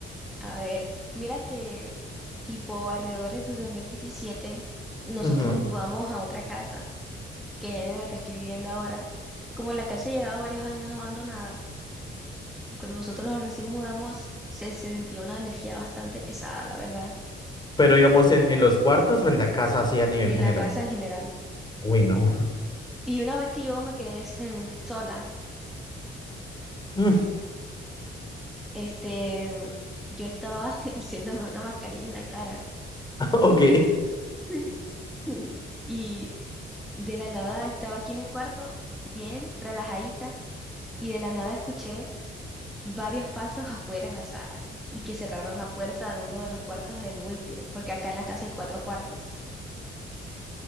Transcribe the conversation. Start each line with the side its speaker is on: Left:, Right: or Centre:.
Centre: A ver, mira que tipo alrededor de 2017 nosotros
Left: Ujú.
Centre: nos mudamos a otra casa, que es en la que estoy viviendo ahora. Como la casa llevaba varios años abandonada y cuando nosotros nos recién mudamos se, se sentía una energía bastante pesada, la verdad,
Left: Pero digamos, en, en los cuartos o en la casa así a nivel
Centre: en
Left: general.
Centre: la casa en general.
Left: Uy, no.
Centre: Y una vez que yo me quedé mm, sola,
Left: Mm,
Centre: este, yo estaba <laughs> haciéndome una mascarilla en la cara.
Left: <laughs> Ok.
Centre: <laughs> Y de la nada estaba aquí en el cuarto, bien relajadita, y de la nada escuché varios pasos afuera en la sala y que cerraron la puerta de uno de los cuartos del último, porque acá en la casa hay cuatro cuartos,